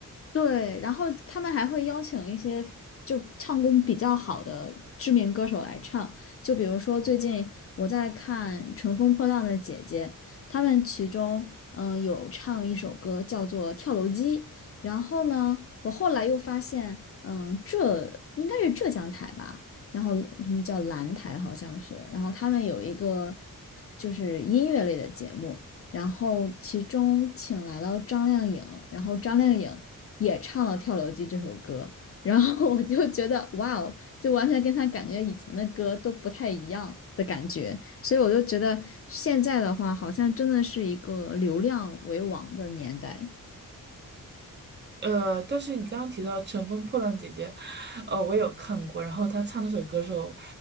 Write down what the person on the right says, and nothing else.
呃，但是你刚刚提到《乘风破浪》姐姐，呃，我有看过，然后她唱那首歌的时候，